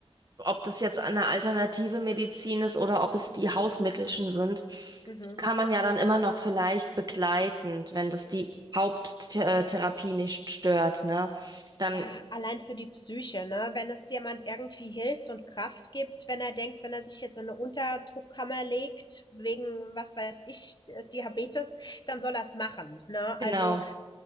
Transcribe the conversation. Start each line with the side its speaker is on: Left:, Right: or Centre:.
Right: ob das jetzt eine alternative Medizin ist oder ob es die Hausmittelchen sind,
Left: Mhm.
Right: die kann man ja dann immer noch vielleicht begleitend, wenn das die Haupttherapie nicht stört, ne? Dann,
Left: Ja, allein für die Psyche, ne? Wenn es jemand irgendwie hilft und Kraft gibt, wenn er denkt, wenn er sich jetzt in eine Unterdruckkammer legt, wegen, was weiß ich, äh, Diabetes, dann soll er es machen, ne?
Right: genau.
Left: Also,